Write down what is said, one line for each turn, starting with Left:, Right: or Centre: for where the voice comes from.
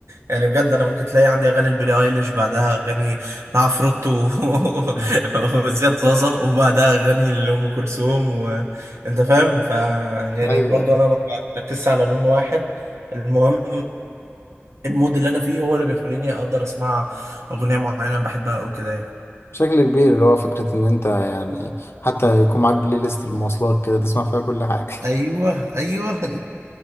Right: يعني بجد انا ممكن تلاقي عندي اغاني لبيلي ايليش بعدها اغاني لعفروتو و-
Left: <laughs>
Right: <laughs> وزياد زازا وبعدها اغاني لام كلثوم وانت فاهم ف يعني
Left: أيوه
Right: برضو
Left: أيوه
Right: انا ما بركزش على لون واحد المهم المود اللي انا فيه هو اللي بيخليني اقدر اسمع اغنيه معينه بحبها او كده يعني
Left: بشكل كبير اللي هو فكرة إن أنت يعني حتى يكون معاك بلاي ليست للمواصلات كده تسمع فيها كل حاجة
Right: ايوه ايوه